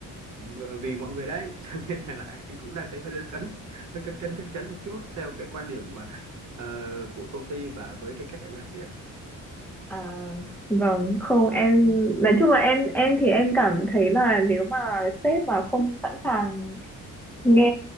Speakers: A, on the right; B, in the centre.
A: ờ, vì mọi người đấy <laughs> cho nên là anh cũng đang thấy hơi lấn cấn hơi cấn cấn cấn cấn một chút theo cái quan điểm mà, ờ, của công ty và với cái cách anh làm việc
B: À, vâng, không em
A: Ừ.
B: nói chung là em em thì em cảm thấy là nếu mà sếp mà không sẵn sàng nghe